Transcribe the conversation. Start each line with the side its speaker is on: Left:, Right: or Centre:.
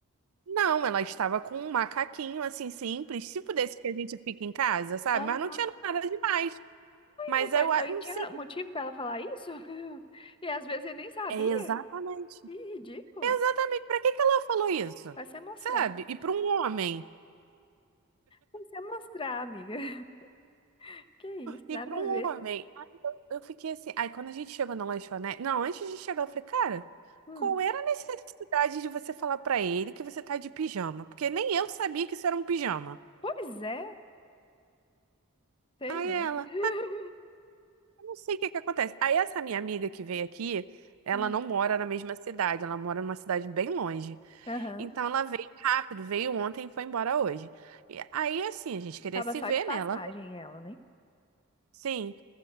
Right: Não, ela estava com um macaquinho assim simples, tipo desse que a gente fica em casa, sabe?
Left: Ah,
Right: Mas não tinha nada demais. Mas
Left: Meu pai
Right: eu
Left: do
Right: a-
Left: céu, e
Right: não
Left: tinha
Right: sei.
Left: motivo pra ela falar isso? <laughs> E às vezes eu nem sabia.
Right: É exatamente.
Left: Que ridículo.
Right: Exatamente. Pra que que ela falou isso?
Left: Vai se amostrar.
Right: Sabe? E para um homem.
Left: Vai se amostrar, amiga. <laughs> Que isso, nada
Right: E para
Left: a
Right: um
Left: ver,
Right: homem.
Left: né?
Right: Aí eu, eu fiquei assim. Aí quando a gente chegou na lanchonete. Não, antes de chegar, eu falei, cara,
Left: Hum,
Right: qual era a necessidade de você falar pra ele que você tá de pijama? Porque nem eu sabia que isso era um pijama.
Left: Pois é, sei
Right: Aí
Left: não.
Right: ela,
Left: <laughs>
Right: eu não sei o que que acontece. Aí essa minha amiga que veio aqui, ela
Left: Hum,
Right: não mora na mesma cidade, ela mora numa cidade bem longe.
Left: Aham.
Right: Então ela veio rápido, veio ontem e foi embora hoje. E aí assim, a gente queria
Left: Tava
Right: se
Left: só
Right: ver,
Left: de passagem
Right: né? Ela, veio.
Left: ela, né?
Right: sim.